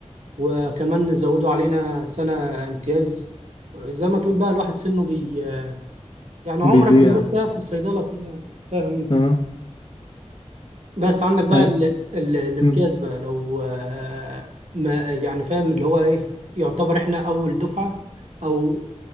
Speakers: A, on the right; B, on the left.
A: وكمان زودوا علينا سنه امتياز زي ما تقول بقى الواحد سنه بي يعني
B: بيضيع
A: عمرك بيروح بقى في الصيدله كده يعني فاهم انت
B: اه
A: بس عندك بقى
B: أنا
A: ال... ال... الامتياز
B: امم
A: بقى لو آه، ما يعني فاهم اللي هو ايه يعتبر احنا اول دفعه او